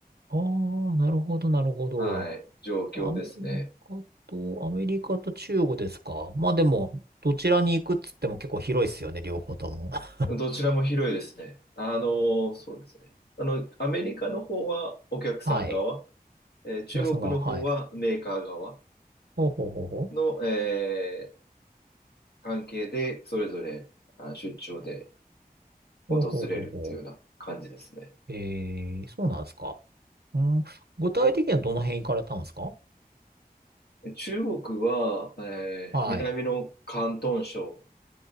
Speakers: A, on the right (about 85°); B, on the left (about 80°).
A: ああ、なるほど、なるほど。
B: はい、状況ですね。
A: アメリカと、アメリカと中国ですか。まあでも、どちらに行くっつっても結構広いっすよね、両方とも。<laughs>
B: どちらも広いですね。あの、そうですね。あの、アメリカの方はお客さん側、
A: はい。
B: えー中国の方はメーカー側
A: 皆さんが、はい。ほうほうほうほう。
B: の、えー関係で、それぞれあ出張で
A: ほうほうほうほ
B: 訪れるっていうような感じですね。
A: う。えー、そうなんですか。うん、具体的にはどの辺行かれたんですか
B: 中国は、えー南の広東省
A: はい。